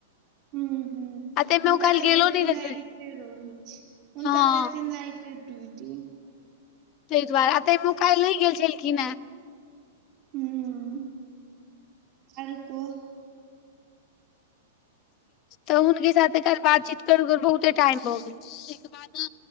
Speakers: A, on the right (about 35°); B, on the left (about 35°).
A: हुं हुं
B: ताहिमे
A: हुनका
B: ओ काल्हि
A: तऽ
B: गेलो
A: बेसी
B: नहि
A: नाइटे
B: रहै
A: रहै छै हुनका
B: हँ
A: बेसी नाइट ट के ड्युटी।
B: ताहि दुआरे आ ताहिमे काल्हि नै गेल छलखिन हे।
A: हुं, आर को
B: तऽ हुनके साथे बातचीत करू गे बहुते टाइम भ गेल बाद